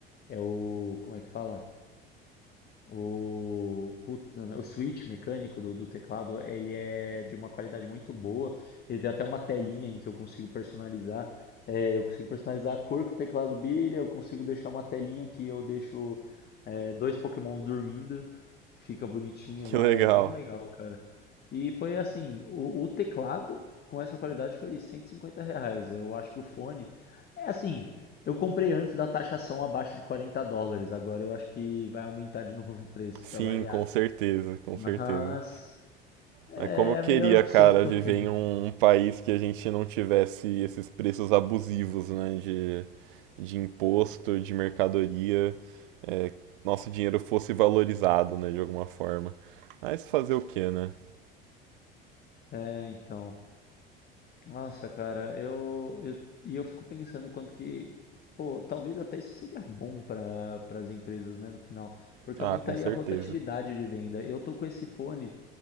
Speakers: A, on the left; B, on the right.
A: é o, como é que fala? O, puta, o switch mecânico do, do teclado, ele é de uma qualidade muito boa. Ele tem até uma telinha em que eu consigo personalizar. É, eu consigo personalizar a cor que o teclado brilha, eu consigo deixar uma telinha que eu deixo é, dois Pokémons dormindo. Fica bonitinho
B: Que
A: lá,
B: legal.
A: é bem legal, cara. E foi assim, o, o teclado com essa qualidade foi 150 reais. Eu acho que o fone é assim, eu comprei antes da taxação abaixo de 40 dólares. Agora eu acho que vai aumentar de <laughs> novo o preço
B: Sim,
A: para variar.
B: com certeza, com
A: Mas
B: certeza.
A: é
B: Mas como eu queria,
A: a melhor opção
B: cara,
A: que
B: viver
A: eu <laughs> tenho.
B: em um, um país que a gente não tivesse esses preços abusivos, né, de, de imposto, de mercadoria, é, nosso dinheiro fosse valorizado, né, de alguma forma. Mas fazer o quê, né?
A: É, então. Nossa, cara, eu, eu e eu fico pensando quanto que, pô, talvez até isso seria bom para para as empresas, né, no final, porque
B: Ah,
A: aumentaria
B: com certeza.
A: a rotatividade de venda. Eu tô com esse fone,